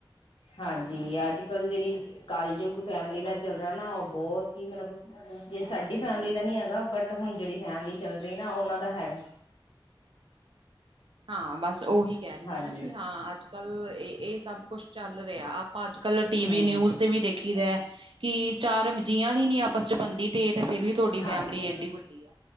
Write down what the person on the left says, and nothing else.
ਹਾਂਜੀ ਅੱਜ ਅੱਜ ਕੱਲ ਜਿਹੜੀ ਕਾਲਯੁਗ ਫੈਮਿਲੀ ਦਾ ਚੱਲ ਰਿਹਾ ਨਾ ਉਹ ਬਹੁਤ ਹੀ ਮਤਲਬ ਜੇ ਸਾਡੀ ਫੈਮਿਲੀ ਦਾ ਨ ਨਹੀਂ ਹੈਗਾ ਬਟ ਹੁਣ ਜਿਹੜੀ ਫੈਮਿਲੀ ਚੱਲ ਰਹੀ ਨਾ ਉਹਨਾਂ ਦਾ ਹੈਗਾ
ਹਾਂਜੀ
ਹੂੰ
ਹਾਂਜੀ